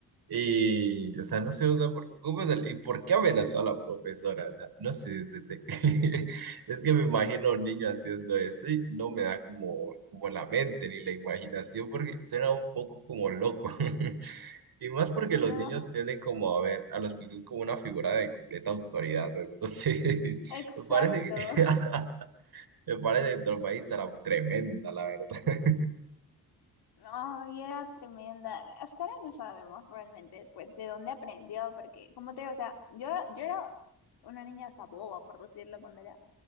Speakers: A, on the right (about 70°); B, on the left (about 80°).
A: y, o sea, no sé, o sea, por, ¿cómo es el- y por qué amenazó a la profesora? O sea, no sé, desde- <laughs> es que me imagino a un niño haciendo eso y no me da como, como la mente ni la imaginación porque suena un poco como loco. <laughs> Y más porque los
B: Yo
A: niños
B: no sé.
A: tienden como a ver a los profesores como una figura de completa autoridad. ¿no? Entonces,
B: Exacto.
A: <laughs> me parece que, <laughs> me parece trompadita tremenda, la verdad. <laughs>
B: No, y era tremenda. Hasta ahora no sabemos realmente, pues, de dónde aprendió, porque, como te digo, o sea, yo, yo era una niña hasta boba, por decirlo, cuando era